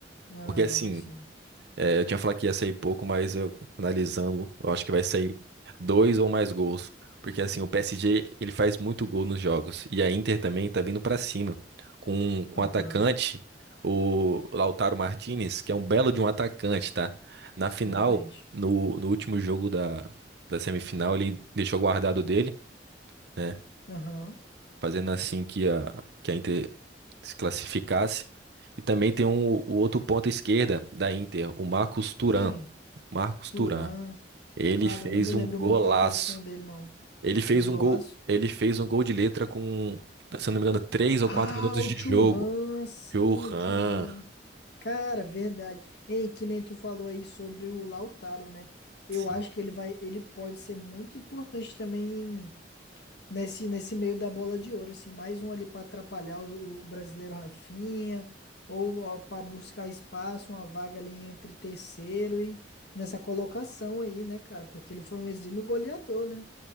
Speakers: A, on the left (about 65°); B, on the right (about 65°).
A: Ah,
B: Porque assim,
A: sim.
B: é, eu tinha falado que ia sair pouco, mas eu analisando, eu acho que vai sair dois ou mais gols. Porque assim, o PSG, ele faz muito gol nos jogos. E a Inter também tá vindo pra cima. Com, com
A: Aham,
B: o atacante, o Lautaro Martinez, que é um belo de um atacante, tá? Na final,
A: realmente.
B: no, no último jogo da, da semifinal, ele deixou guardado dele, né?
A: Aham.
B: Fazendo assim que a, que a Inter se classificasse. E também tem um, o outro ponta esquerda da Inter, o Marcos Thuram.
A: Quem?
B: Marcos
A: Turan.
B: Thuram. Ele
A: Cara,
B: fez
A: não me lembro
B: um golaço.
A: muito da atuação dele, não.
B: Ele fez
A: Fez um
B: um
A: golaço?
B: gol, ele fez um gol de letra com, se eu não me engano, três ou
A: Ah,
B: quatro minutos
A: o
B: de
A: Churran,
B: jogo.
A: sim,
B: Johan.
A: o Churran. Cara, verdade. Ei, que nem tu falou aí sobre o Lautaro, né? Eu
B: Sim.
A: acho que ele vai, ele pode ser muito importante também nesse, nesse meio da bola de ouro, assim, mais um ali para atrapalhar o, o brasileiro Rafinha, ou para buscar espaço, uma vaga ali entre terceiro e nessa colocação aí, né, cara? Porque ele foi um exímio goleador, né?